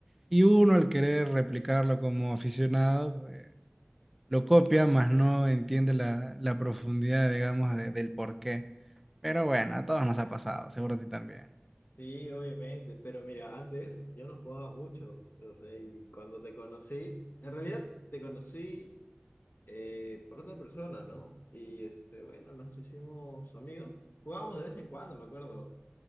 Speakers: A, in the centre; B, on the left.
A: Y uno al querer replicarlo como aficionado, lo copia, más no entiende la, la profundidad, digamos, de- del porqué. Pero bueno, a todos nos ha pasado, seguro a ti también.
B: Sí, obviamente, pero mira, antes yo no jugaba mucho, o sea, y cuando te conocí, en realidad te conocí eh, por otra persona, ¿no? Y este, bueno, nos hicimos amigos, jugábamos de vez en cuando, me acuerdo,